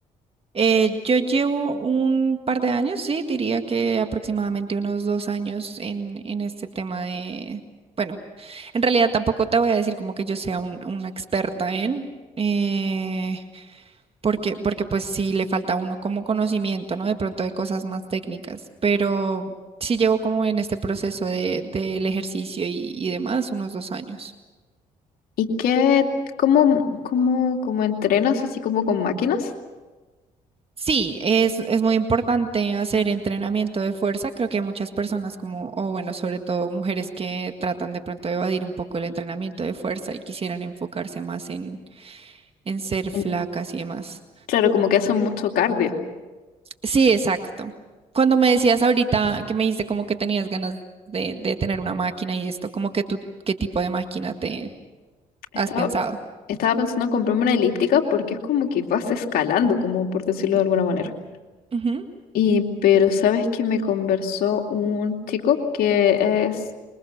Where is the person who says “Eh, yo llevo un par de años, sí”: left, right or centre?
Right